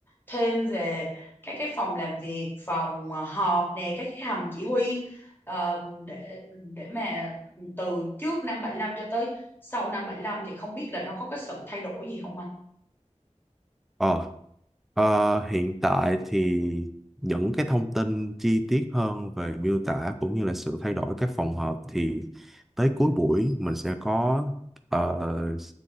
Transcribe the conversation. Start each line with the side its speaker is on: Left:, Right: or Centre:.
Left: thêm về các cái phòng làm việc phòng à, họp nè các cái hầm chỉ huy ờ, để để mà từ trước năm 75 cho tới sau năm 75 thì không biết là nó có cái sự thay đổi gì không anh
Centre: Ờ, ờ, hiện tại thì những cái thông tin chi tiết hơn về miêu tả cũng như là sự thay đổi các phòng hợp thì tới cuối buổi mình sẽ có uh,